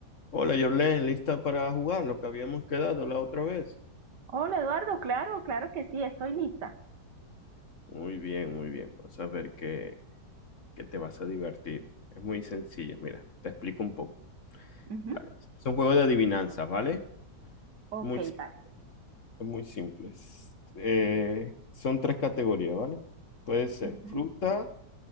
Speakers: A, on the left; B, on the right.
A: Hola, Jorlen, ¿lista para jugar lo que habíamos quedado la otra vez?
B: Hola Eduardo, claro, claro que sí, estoy lista.
A: Muy bien, muy bien. Vas a ver que, que te vas a divertir. Es muy sencilla. mira, te explico un poco,
B: Ujú.
A: ¿vale? Es un juego de adivinanzas, ¿vale?
B: Ok,
A: Muy, sim-
B: vale.
A: es muy simples. eh, son tres categorías, ¿vale? Puede ser
B: Ujú.
A: fruta,